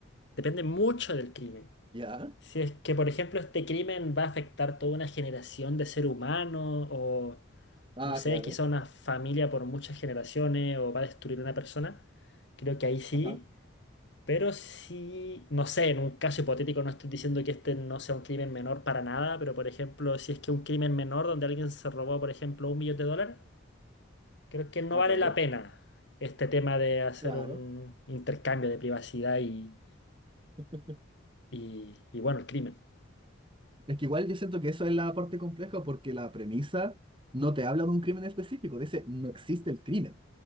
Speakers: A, on the left; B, on the right.
A: Depende mucho del crimen.
B: ¿Ya?
A: Si es que, por ejemplo, este crimen va a afectar toda una generación de ser humano o,
B: Ah,
A: no sé,
B: claro.
A: quizá una familia por muchas generaciones o va a destruir una persona, creo que ahí sí.
B: Ajá.
A: Pero sí, no sé, en un caso hipotético no estoy diciendo que este no sea un crimen menor para nada, pero por ejemplo, si es que un crimen menor donde alguien se robó, por ejemplo, un millón de dólares, creo que no
B: Ah,
A: vale
B: claro.
A: la pena este tema de hacer
B: Claro.
A: un intercambio de privacidad y,
B: <laughs>
A: y, y bueno, el crimen.
B: Es que igual yo siento que eso es la parte compleja porque la premisa no te habla de un crimen específico, dice no existe el crimen.